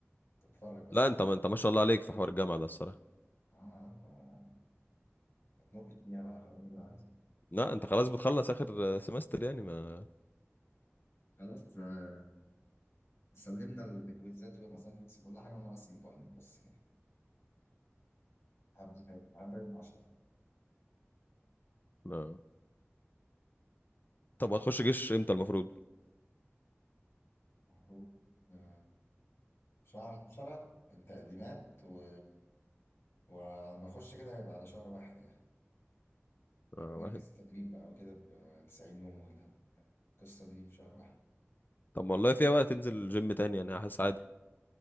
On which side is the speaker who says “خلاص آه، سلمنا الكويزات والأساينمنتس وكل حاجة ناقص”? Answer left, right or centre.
Left